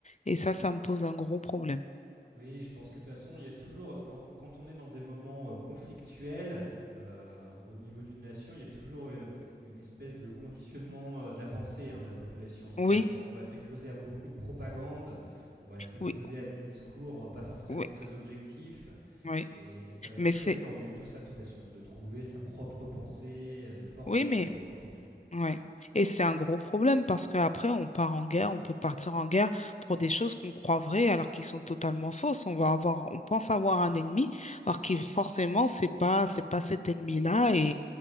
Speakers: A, on the left; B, on the right.
A: Et ça, ça me pose un gros problème.
B: Oui, je pense que de toute façon, il y a toujours, quand, quand on est dans des moments euh, conflictuels euh, au niveau d'une nation, il y a toujours euh, une espèce de conditionnement euh, de la pensée hein, de la population. C'est-à-dire
A: Oui,
B: qu'on on va être exposé à beaucoup de propagande, on va être exposé
A: oui,
B: à des discours euh, pas forcément
A: oui,
B: très objectifs,
A: oui.
B: et, et ça va être
A: Mais
B: très
A: c'est,
B: dur au milieu de tout ça de trouver, son, de trouver sa propre pensée, euh, de former
A: oui, mais,
B: sa propre opinion.
A: ouais. Et c'est un gros problème parce qu'après, on part en guerre, on peut partir en guerre pour des choses qu'on croit vraies alors qu'ils sont totalement fausses. On va avoir, on pense avoir un ennemi alors que forcément, c'est pas, c'est pas cet ennemi-là